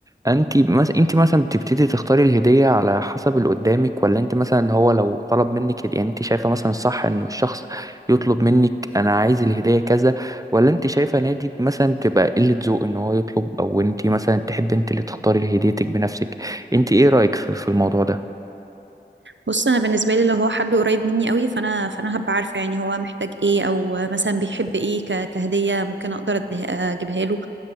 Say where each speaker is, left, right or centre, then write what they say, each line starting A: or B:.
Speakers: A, on the right (about 20°); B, on the right (about 80°).
A: انت مثلا انت مثلا بتبتدي تختاري الهديه على حسب اللي قدامك ولا انت مثلا هو لو طلب منك هدية- يعني انت شايفه مثلا صح انه الشخص يطلب منك انا عايز الهديه كذا ولا انت شايفه نادي مثلا بتبقى قله ذوق ان هو يطلب او انت مثلا تحب انت اللي تختاري هديتك بنفسك انت ايه رايك في في الموضوع ده
B: بص انا بالنسبه لي لو هو حد قريب مني قوي فانا فانا هبقى عارفه يعني هو محتاج ايه او مثلا بيحب ايه ك- كهديه ممكن اقدر أده- اجيبها له